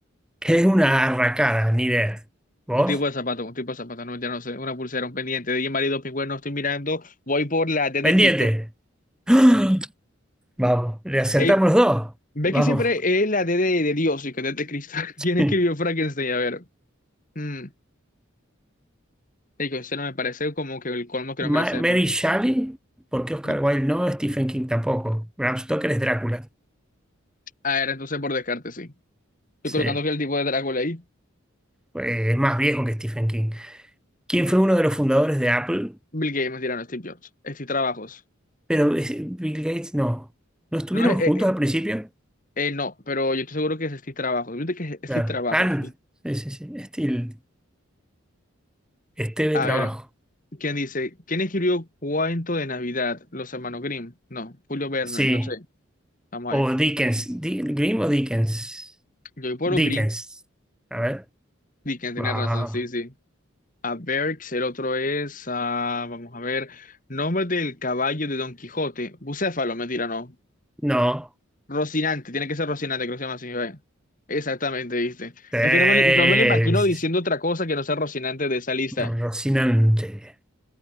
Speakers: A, in the centre; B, on the left.
A: Que es una arracada, ni idea. ¿Vos?
B: Un tipo de zapato, un tipo de zapato, no mentira, no sé, una pulsera, un pendiente, de marido, pingüino, estoy mirando, voy por la T
A: Pendiente.
B: de Cristo.
A: <gasps> Vamos. Le acertamos
B: Ey,
A: los dos.
B: Ve
A: Vamos.
B: que siempre es la D de, de Dios y que D de Cristo. <laughs>
A: <laughs>
B: ¿Quién escribió Frankenstein? A ver. Mm. Digo, ese no me parece como que el colmo que
A: Ma-
B: no me la sepan.
A: Mary Shelley. porque Oscar
B: No.
A: Wilde no? Stephen King tampoco. Bram Stoker es Drácula.
B: A ver, entonces por descarte, sí. Estoy
A: Sí.
B: colocando
A: Eh,
B: que el tipo de Drácula ahí.
A: Es más viejo que Stephen King. ¿Quién fue uno de los fundadores de Apple?
B: Bill Gates, mentira, no, Steve Jobs. Steve Trabajos.
A: Pero es- Bill Gates no. ¿No estuvieron
B: No, eh,
A: juntos
B: eh,
A: al principio?
B: eh, no, pero yo estoy seguro que es Steve Trabajos. Viste que es
A: Claro.
B: Steve Trabajos.
A: Ah, no. sí, sí, sí. Estil- Esteve
B: A
A: Trabajo.
B: ver, ¿quién dice? ¿Quién escribió Cuento de Navidad? Los hermanos Grimm. No, Julio Verne,
A: Sí.
B: no sé. Vamos
A: O
B: a ver.
A: Dickens. Di- ¿Grimm o Dickens?
B: Yo voy por los
A: Dickens.
B: Grimm.
A: A ver.
B: Dickens, tenés
A: Vamos.
B: razón, sí, sí. a Berks, el otro es, ah, vamos a ver, nombre del caballo de Don Quijote, Bucéfalo, mentira, no,
A: No.
B: Rocinante, tiene que ser Rocinante, creo que se llama así, ve. Exactamente, viste.
A: Sí.
B: Es que no me, lo- no me lo imagino diciendo otra cosa que no sea Rocinante de esa lista.
A: Rocinante.